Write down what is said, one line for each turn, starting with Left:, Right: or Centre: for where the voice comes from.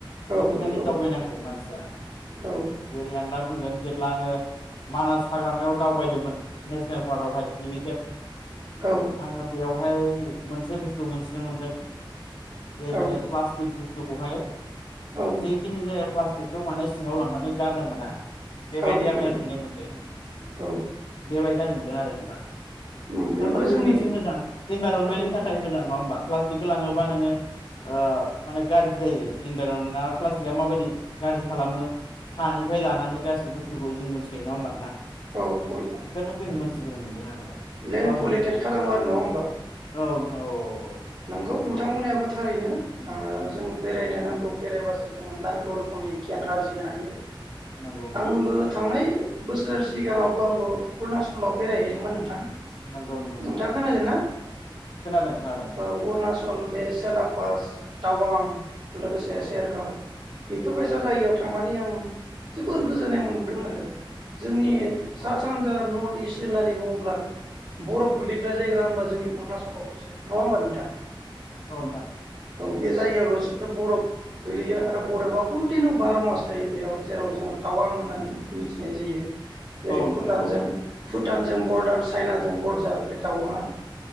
Left: बेनिखायनो
Right: औ नंगौ
Left: दावबायनांगौ मानसिया
Right: औ
Left: जेरै आं दा बुंगोन जेब्ला आङो मानास हाग्रामायाव दावबायदोंमोन नेसनेल पार्कआवहाय गिबि खेब
Right: औ
Left: आङो बेयावहाय। मोनसे बुस्थु मोनथिनो मोन्दों। जे माने
Right: औ
Left: प्लास्टिक बुस्थुखौहाय
Right: औ
Left: जेखिनि जाया ब्ला बेखौ माने सिङाव लांनानै गारनो मोना। बेबायदि
Right: औ नंगौ
Left: आङो नुनो मोनदों
Right: औ
Left: बेबायदि आं नुदों। नुदों आरो नोंथां।
Right: उम बेबो
Left: थारमाने बे
Right: जोंनि
Left: मोनसे मोजां इनभाइरनमेन्टनि
Right: औ
Left: थाखाय मोजां। नङा होमबा प्लास्टिकखौ लाङोबा नोङो ओ माने गाज्रि जायो इनभाइरनमेन्टआ प्लास्टिकआ माबायदि गाज्रि खालामो हानिफ्राय लानानै गासिबो बुस्थुखौ जों मिथिखायो नङा होमबा नोंथां।
Right: औ
Left: बेखौायथ' बे मानसिफोर मोनदों आरो बेखौ
Right: लेन्ड
Left: आं
Right: पलिउटेड
Left: मोजां
Right: खालामो
Left: मानसि
Right: आरो नङा होमबा
Left: औ। औ औ औ
Right: नंगौ नोंथां
Left: औ
Right: बुंनायाबो थारैनो
Left: उम उम
Right: जों बेरायनो नांगौ। बेरायबासो जों नांगौ रोखोमनि गियान आरजिनो हायो।
Left: नंगौ नोंथां
Right: आंबो थांनाय बोसोर सिगाङावबो आंबो अरुणचलाव बेरायहैदोंमोन नोंथां।
Left: नंगौ नंगौ नोंथां
Right: नोंथांङा खोनादों ना?
Left: खोनादों खोनादों।
Right: औ अरुणाचल बे सेलापास टावां। लोगोसे
Left: औ नोंथां
Right: सेरगाव बेफोरबायसा
Left: औ
Right: जायगायाव थांनानै आं। जोबोर गोजोननाय मोनबोदों आरो जोंनि
Left: औ
Right: सा सानजा नरत इसत होननानै बुङोब्ला बरफ गोलैग्रा जायगा होनबा जोंनि अरुणचलाव। नङा होमबा नोंथां।
Left: औ नोंथां।
Right: औ बे जायगायावलसो बरफ गोलैयो आरो बरबा कन्टिनिउ बार' मास थायो बेयाव जेराव जोङो टावां होननानै। मिथिनाय जायो।
Left: औ
Right: जेरै
Left: नोंथां
Right: भुटानजों
Left: औ
Right: भुत भुटानजों बरडार चाइनाजों बरडार बे टावाङआ।